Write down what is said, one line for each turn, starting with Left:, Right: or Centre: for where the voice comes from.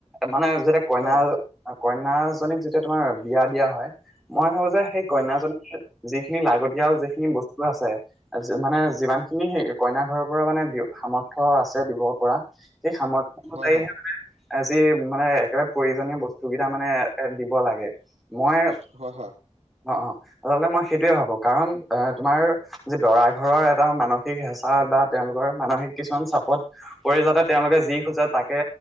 Centre: মানে, যেতিয়া কইনা
Right: হয়
Centre: কইনাজনীক যেতিয়া, তোমাৰ বিয়া দিয়া হয়। মই ভাবোঁ যে, সেই
Right: হয়
Centre: কইনাজনীক যিখিনি লাগতিয়াল, যিখিনি বস্তু আছে। মানে, যিমান খিনি, সেই কইনা ঘৰৰ পৰা মানে, সামৰ্থ্য আছে দিব পৰা। সেই, সামৰ্থ্য অনুযায়ীহে
Right: হয় হয়
Centre: মানে যি মানে, একেবাৰে প্ৰয়োজনীয় বস্তুকেইটা মানে, এ, দিব লাগে। মই
Right: হয়, হা!
Centre: অ' অ'! আচলতে, মই সেইটোৱে ভাবোঁ! কাৰণ, এ, তোমাৰ যি, দৰা ঘৰৰ এটা মানসিক হেঁচা বা তেওঁলোকৰ মানসিক কিছুমান চাপত, পৰি যাতে, তেওঁলোকে যি খোজে, তাকে